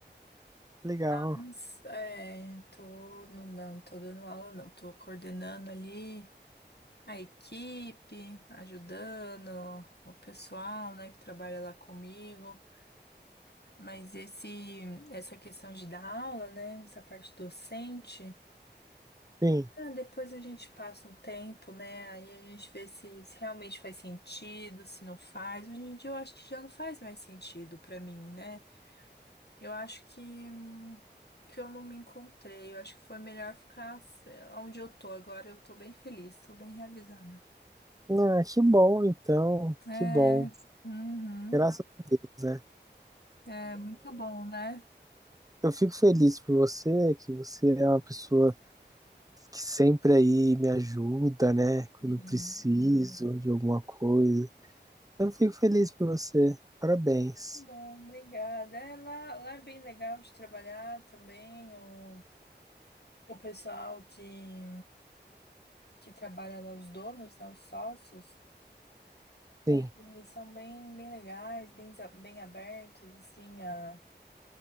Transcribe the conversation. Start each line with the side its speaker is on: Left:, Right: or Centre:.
Right: legal.
Left: Mas é, tô, não, não tô dando aula, não. Tô coordenando ali a equipe, ajudando o pessoal, né, que trabalha lá comigo. Mas esse, essa questão de dar aula, né? Essa parte docente,
Right: Sim.
Left: ah, depois a gente passa um tempo, né? Aí a gente vê se, se realmente faz sentido, se não faz. Hoje em dia eu acho que já não faz mais sentido pra mim, né? Eu acho que, hum, que eu não me encontrei. Eu acho que foi melhor ficar sei lá, onde eu tô agora. Eu tô bem feliz, tô bem realizada.
Right: Ah, que bom, então.
Left: É,
Right: Que bom.
Left: uhum,
Right: Graças a Deus, né?
Left: é muito bom, né?
Right: Eu fico feliz por você, que você é uma pessoa que sempre aí me ajuda, né? Quando
Left: Uhum.
Right: eu preciso de alguma coisa. Eu fico feliz por você. Parabéns.
Left: Tá Bom, obrigada. É, lá, lá é bem legal de trabalhar também. O, o pessoal que, que trabalha lá, os donos, né, os sócios,
Right: Sim.
Left: eles são bem, bem legais, bem, desa- bem abertos, assim, a,